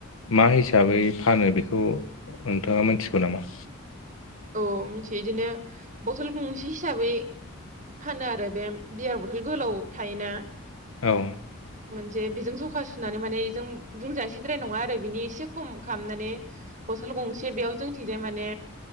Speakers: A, on the left; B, on the right.
A: मा हिसाबै फानो बेखौ नोंथाङा मोनथिगौ नामा?
B: औ मिथियो इदिनो बथल गंसे हिसाबै फानो आरो बे बियार बथल गोलाव थायोना।
A: औ
B: मोनसे बेजों सखा सुनानै माने इजों बुंजासिद्राय नङा आरो बिनि एसे खम खालामनानै बथल गंसे बेयाव जोंथिंजाय माने